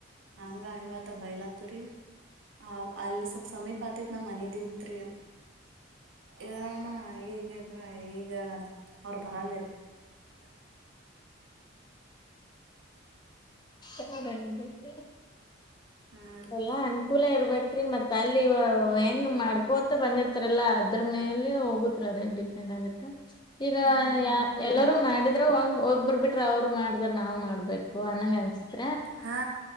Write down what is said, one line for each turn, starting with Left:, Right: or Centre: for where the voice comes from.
Right: ಹಂಗ ಹಂಗತ ಬಯಲಾ ರಿ ಆ ಅಲ್ಲಿ ಸ್ವಲ್ ಸಮಯಪಾತಿತ್ ನಾವ್ ಮನದತ್ ಏನಣ್ಣ ಈಗಿದ್ರ ಈಗ ಅವ್ರ ಬರಲ್ಲರಿ
Left: ಹ ಬ
Right: ಹಾ ರೀ
Left: ಎಲ್ಲ ಅನುಕೂಲ ಇರ್ಬೇಕೇರಿ ಮತ್ತತ್ ಅಲ್ಲಿ ಹೆಂಗ ಮಾಡ್ ಕೋತಾ ಬಂದಿರ್ತಾರಲ್ಲಾ ಅದ್ರ ಮೇಲೆ ಹೋಗತ್ ಅದೇನ್ ಡಿಪೆಂಡ್ ಆಗುತ್ತೆ ಈಗ
Right: ಹ್ಮ್
Left: ಎಲ್ಲಾರೂ ಮಾಡಿದ್ರ ಒ ಒದ್ಬರ್ ಬಿಟ್ರ ಅವ್ರು ಮಾಡ ನಾವ್ ಮಾಡ್ಬೇಕು ಅನ್ನಂಗ ಅನ್ಸಿದ
Right: ಹಾ